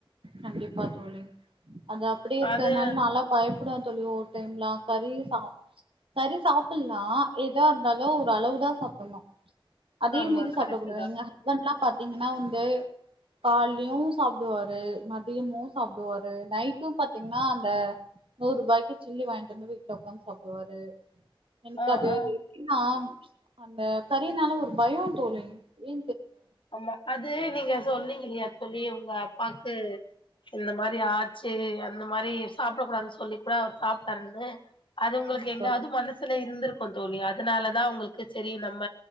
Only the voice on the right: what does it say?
கண்டிப்பா தோழி அது அப்டி இருக்கனால
நால்லா பயப்படுவ தோழி ஓவ்வரு டைம் கறி சாப் கறி சாப்பலா ஏதா இருந்தாலு ஒரு அளவு தா சாப்பணு அதே
மீறி
சாப்ட கூடாது
எங்க ஹஸ்பண்ட்லா பாத் த்தீங்கன்னா வந்து காலையு சாப்புடுவாரு மதியமு சாப்புடுவாரு நைட்டு பாத்தீங்கன்னா அந்த நூரூபாய்க்கு சில்லி வாங்கிட்டு வந்து வீட்டுல உக்காந்து சாப்புடுவாரு எனக்கு
அது
எப்டினா அந்த கறினால ஒரு பயோ தோழி ஏ
ஆமா
தோழி